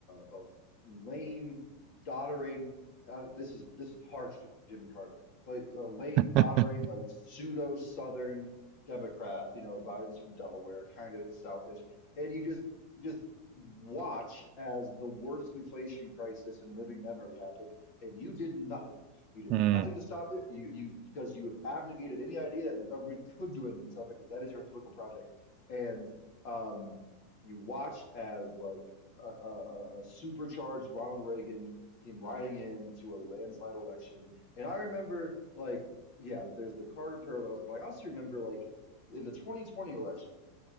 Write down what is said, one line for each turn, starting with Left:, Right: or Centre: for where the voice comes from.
Left: a, a lame, doddering. Uh, this is this is harsh to Jimmy Carter, but a lame, doddering,
Right: mm, <laughs>
Left: like pseudo Southern Democrat. You know, Biden's from Delaware, kind of Southish, and you just you just watched as the worst inflation crisis in living memory happened, and you did nothing. You did
Right: hmm
Left: nothing to stop it. You you because you have abnegated any idea that the government could do anything to stop it, because that is your political project and um, you watched as like a, a, a a supercharged Ronald Reagan came riding in to a landslide election. And I remember like, yeah, there's the Carter parallels, but I also remember like in the 2020 election